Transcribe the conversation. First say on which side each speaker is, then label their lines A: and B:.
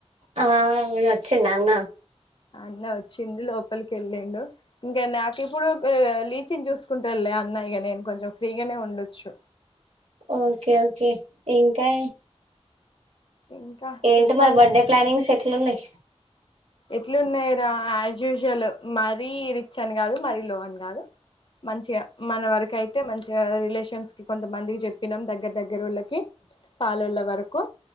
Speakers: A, on the right (about 70°); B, on the left (about 50°).
A: ఆ అవును వచ్చిన్న అన్న
B: అన్న వచ్చిండు లోపలికి వెళ్ళిండు ఇంకా నాకు ఇప్పుడు లీచిని చూసుకుంటాళ్లే అన్న ఇక నేను కొంచెం ఫ్రీగానే ఉండొచ్చు
A: ఓకే ఓకే ఇంకా
B: ఇంకా
A: ఏంటి
B: చెప్పాలి
A: మరి బర్త్ డే ప్లానింగ్స్ ఎట్లు ఉన్నాయి
B: ఎట్లు ఉన్నాయి రా యాజ్ యూజువల్ మరీ రిచ్ అని కాదు మరీ లో అని కాదు మంచిగా మన వరకు అయితే తో మంచ్ రిలేషన్స్ కి కొంతమందికి చెప్పినాం దగ్గర దగ్గరళ్ళకి పలొల్లళ్ళ వరకు